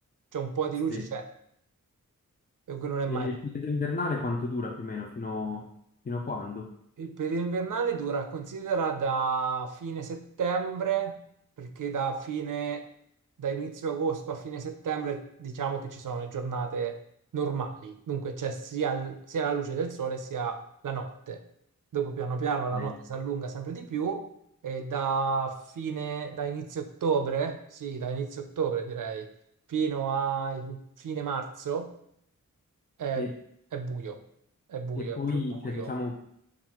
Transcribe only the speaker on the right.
c'è un po' di
luce,
c'è, e non è mai.
Il periodo invernale dura, considera da fine settembre, perché da fine, da inizio agosto a fine settembre, diciamo che ci sono le giornate normali, dunque c'è sia, il- sia la luce del sole sia la notte. Dopo piano piano la
notte si allunga sempre di più e da fine, da inizio ottobre, sì, da inizio ottobre direi, fino a fine marzo è,
è buio, è buio,
è più
buio.